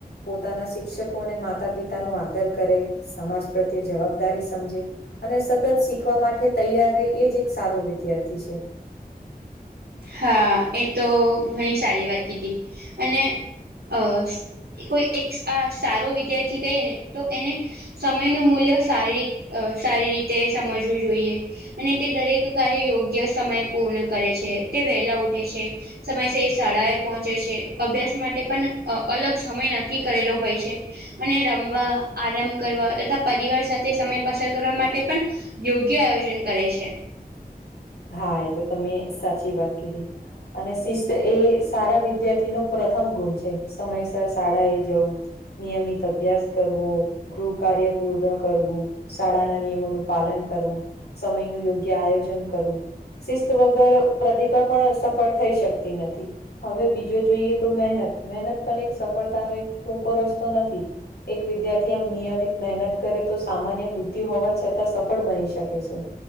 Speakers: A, on the left; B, on the right.
A: પોતાના શિક્ષકો અને માતા. પિતા ન આદર કરે સમાજ પ્રત્યે જવાબદારી સમજે. અને સતત શીખવા માટે તૈયાર રહે એ જ એક સારો વિદ્યાર્થી છે.
B: હા એ તો ઘણી સારી વાત કીધી અને અ. કોઈ એક આ સારો વિદ્યાર્થી કહીએ ને તો એને. સમયનું મૂલ્ય સારી રી સારી રીતે સમજવું જોઈએ અને તે દરેક. કાર્ય યોગ્ય સમય પૂર્ણ કરે છે તે વહેલા ઉઠે છે. સમયસ એ શાળા એ પહોંચે છે અભ્યાસ માટે પણ અલગ સમય નક્કી કરેલો હોય છે. અને રમવા આરામ કરવા તથા પરિવાર સાથે સમય પસાર કરવા માટે પણ યોગ્ય આયોજન કરે છે.
A: હા એ તો તમે સાચી વાત કીધી અને શિસ્ત એ સારા વિદ્યાર્થીનો. પ્રથમ ગુણ છે સમયસર શાળા એ જવું નિયમિત અભ્યાસ કરવો. ગૃહ કાર્ય પૂર્ણ કરવું શાળાના નિયમોનું પાલન કરવું સમય ન યોગ્ય. આયોજન કરું શિસ્ત વગ પ્ર. પણ સફળ થઈ શકતી નથી હવે બીજો જોઈએ તો મહેનત. મહેનત પણ એક સફળતાનો એક ટૂંકો રસ્તો નથી. એક વિદ્યાર્થી આમ નિયમિત મહેનત કરે તો સામાન્ય બુદ્ધિ હોવા છતાં સફળ બની શકે છે.